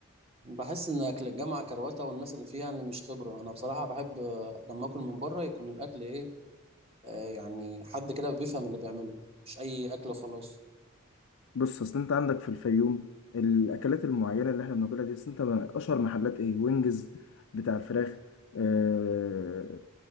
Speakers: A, on the right; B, on the left.
A: بحس إن أكل الجامعة كروتة والناس اللي فيها يعني مش خبرة أنا بصراحة بحب لما أكل من بره يكون الأكل إيه آه يعني حد كده بيفهم اللي بيعمله مش أي أكل وخلاص
B: بص اصل انت عندك في الفيوم الاكلات المعينة اللي احنا بناكلها دي أصل انت ما- اشهر محلات ايه وينجز بتاع الفراخ آه